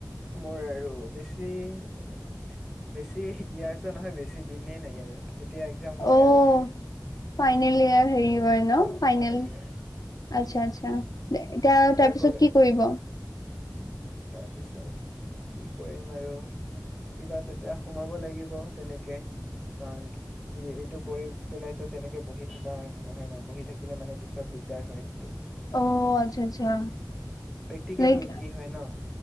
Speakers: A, in the centre; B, on the left (about 55°).
A: মোৰ আৰু <unintelligible> তি বেছি ইয়াক। তই নহয় বেছি দিনেই নাই আৰু। এতিয়া এক্জাম হ'লে
B: অ'
A: আৰু শেষ।
B: ফাইনেল ইয়াৰ। হেই হয় ন
A: অ ফাইনেল ইয়াৰ
B: আচ্ছা আচ্ছা তাৰপিছত
A: এতিয়া কলে
B: কি কৰিব
A: তাৰপিছত। কি কৰিম আৰু। কিবা এটা সোমাব লাগিব তেনেকে কাৰণ এইটো কৰি পেলাইতো তেনেকে বহি থকা। নহয় ন বহি থাকিলে মানে পিছত দিগদাৰ হয় তোৰ।
B: অ' আচ্ছা আচ্ছা
A: প্ৰেক্টিকেল
B: লাইক
A: কি হয় ন